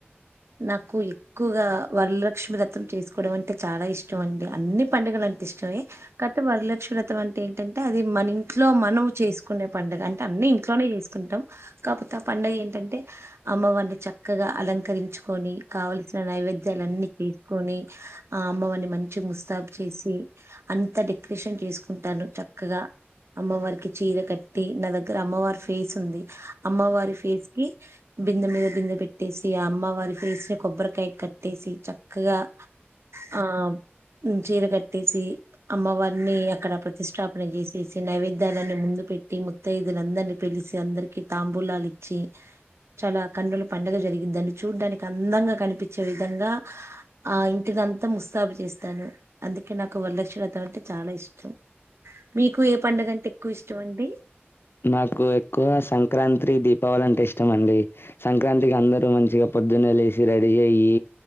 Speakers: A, on the right; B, on the left.
A: నాకూ ఎ క్కువగా వరలక్ష్మి వ్రతం చేసుకోవడం అంటె చాలా ఇష్టమండి అన్ని పండుగలం టిష్టమే కాతె వరలక్ష్మి వ్రతం అంటే టంటే అది మనింట్లో మనం చేసుకునే పండగ అంటె అన్నీ ఇంట్లోనే యేసుకుంటం కాపోతే ఆ పండగేంటంటే అమ్మవారిని చక్కగా అలం కరించుకోని కావల్సిన నైవేద్యాలన్ని చేసుకొని ఆ అమ్మవారిని మంచిగ్ ముస్తాబు చేసి అంత డెకరేషన్ కేసుకుంటాను చక్కగా అమ్మవారికి చీర కట్టి నా దగ్గర అమ్మవారి ఫేసుంది అమ్మవారి ఫేస్ కి బిందె మీద బిందె పెట్టేసి ఇగ అమ్మవారి ఫేస్ ని కొబ్బరికాయ కట్టేసీ చక్కగా ఆ మ్ చీర కట్టేసీ అమ్మవారినీ అక్కడ ప్రతిష్టపన చేసేసి నైవేద్యాలన్ని ముందు పెట్టి ముత్తాయిదువులందరిని పిల్సి అందరికి తాంబూలాలు ఇచ్చి చాలా కన్నుల పండగ జరిగి దాన్ని చూడ్డానికి అందాంగా కనిపించే విధంగా ఆ ఇంటి ని అంత ముస్తాబు చేస్తాను అందుకే నాకు వరలక్ష్మి వ్రతం అంటే చాలా ఇష్టం మీకు ఏ పండగ అంటే ఎక్కువ ఇష్టం అండి
B: నాకు ఎక్కువ సంక్రాంత్రీ దీపావళి అంటే ఇష్టం అండి సంక్రాంతికి అందరు మంచిగా పొద్దున్న లేసి రెడీ అయ్యి